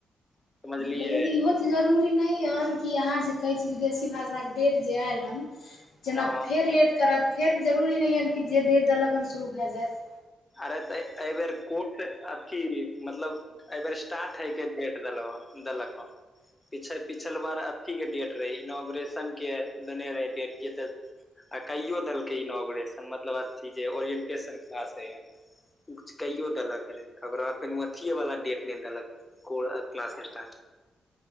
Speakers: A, on the left; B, on the left.
A: समझलियै
B: लेकिन इहो। जरूरी नहि हन कि अहाँ जे कहै छै, विदेशी भाषाके डेट जे आयल हन जेना
A: ह
B: फेर लेट करत फेर जरूरी नहि यै कि जे डेर देलक हन शुरू भए जायत।
A: अरे तऽ एहि बेर कोर अथि मतलब एहि बेर स्टार्ट हइ के डेट देल देल। पिछल बार अथि के डेट रहै इनोॉग्रेशनके देने रहै डेटके तऽ आ कहिओ देलकै इनॉग्रेशन मतलब अथि जे ओरिएन्टेशन क्लासइ हन। किछु कैयओ देलक रहै ओकर बाद फेर ओ अथि एवला डेट नहि देलक कू क्लासस स्टार्ट।